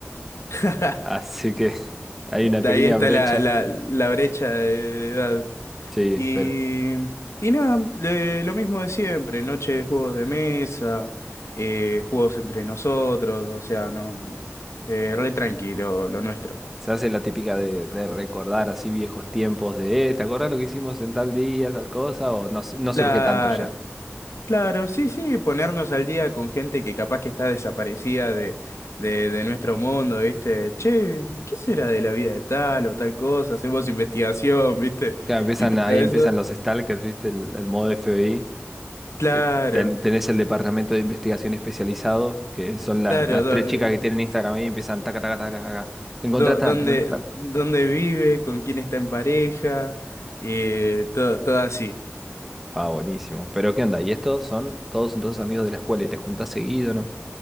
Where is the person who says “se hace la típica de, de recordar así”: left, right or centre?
Centre